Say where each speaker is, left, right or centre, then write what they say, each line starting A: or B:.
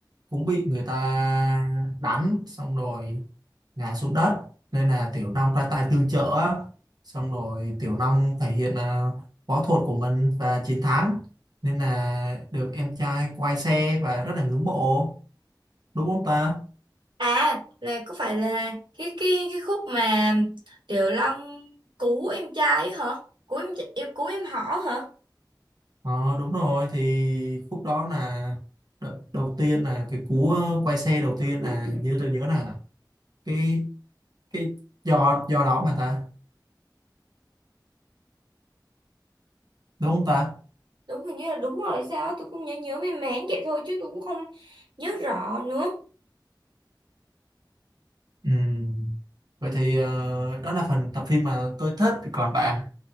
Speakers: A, on the right; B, on the right.
A: cũng bị người ta đánh xong rồi ngã xuống đất nên là Tiểu Long ra tay tương trợ á. xong rồi Tiểu Long thể hiện à, võ thuật của mình và chiến thắng nên là được em trai quay xe và rất là ngưỡng mộ đúng không ta
B: À là có phải là cái cái cái khúc mà Tiểu Long cứu em trai ấy hả? Cứu em trai- em cứu em họ hả?
A: ờ, đúng rồi thì khúc đó là đ- đầu tiên là cái cú ờ, quay xe đầu tiên là như tôi nhớ là cái cái giò giò đó mà ta đúng không ta
B: Đúng hình như là đúng rồi sao á, tôi cũng nhớ nhớ mềm mén vậy thôi chứ tôi cũng không nhớ rõ nữa.
A: Ừm, Vậy thì ờ, đó là phần tập phim mà tôi thích. Còn bạn,